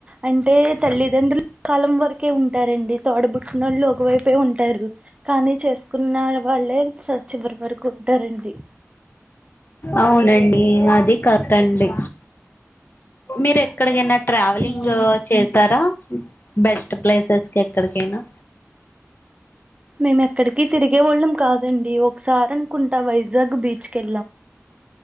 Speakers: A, on the right; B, on the left.
A: అంటే తల్లిదండ్రల్ు కాలం వరకే ఉంటారండి తోడబుట్టిన వాళ్ళు ఒకవైపే ఉంటారు కానీ చే కున్న వాళ్ళే చివరి వరకు ఉంటారండి
B: అవునండి అది కతండి మీరు ఎక్కడికైనా ట్రావెలింగ్
A: ఉమ్
B: చేసారా బెస్ట్ ప్లేసెస్ కెక్కడికైనా
A: మేము ఎక్కడికి తిరిగేవోళ్ళం కాదండి సారన్ కుంటా వైజగ్ బీచ్ కే